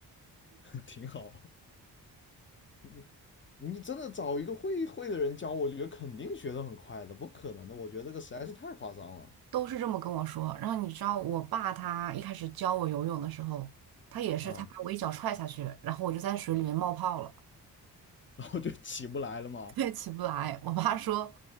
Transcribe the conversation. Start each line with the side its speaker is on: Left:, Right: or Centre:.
Left: <laughs> 挺好。嗯你真的找一个会会的人教，我觉得肯定学得很快的，不可能的。我觉得这个实在是太夸张了
Right: 都是这么跟我说。然后你知道，我爸他一开始教我游泳的时候，他也是他把我一脚踹下去，
Left: 啊，
Right: 然后我就在水里面冒泡了。
Left: 然后就起不来了嘛
Right: 对，起不来。我爸说